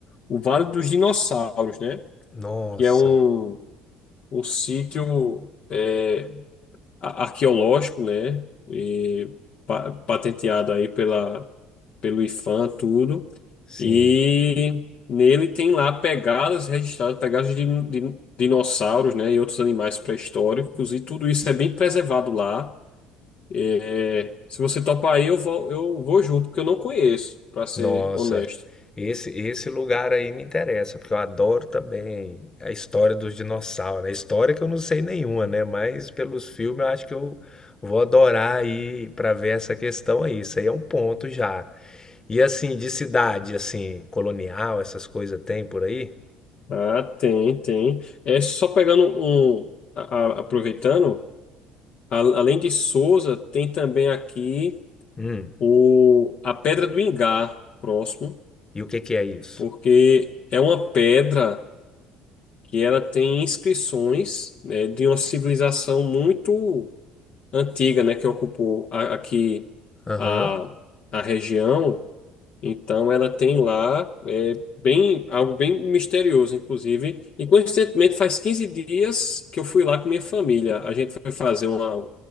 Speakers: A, on the left; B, on the left.
A: o Vale dos Dinossauros, né?
B: Nossa,
A: Que é um, um sítio é, a- arqueológico, né? E pa- patenteado aí pela pelo IFAM, tudo.
B: sim.
A: E nele tem lá pegadas registradas, pegadas de, de dinossauros, né, e outros animais pré-históricos, e tudo isso é bem preservado lá. É, se você topar aí, eu vou, eu vou junto, porque eu não conheço, para ser
B: Nossa,
A: honesto.
B: esse esse lugar aí me interessa, porque eu adoro também a história dos dinossauros. né? A história que eu não sei nenhuma, né? Mas pelos filmes eu acho que eu vou adorar aí para ver essa questão aí. Isso aí é um ponto já. E assim, de cidade, assim, colonial, essas coisas tem por aí?
A: Ah, tem, tem. É só pegando um, a- a- aproveitando, a- além de Sousa, tem também aqui
B: Hum,
A: o, a Pedra do Ingá, próximo,
B: e o que que é isso?
A: porque é uma pedra. que ela tem inscrições, né, de uma civilização muito antiga, né, que ocupou a- aqui
B: Aham,
A: a, a região. Então, ela tem lá é, bem, algo bem misterioso, inclusive. E, coincidentemente, faz 15 dias que eu fui lá com minha família. A gente foi fazer uma,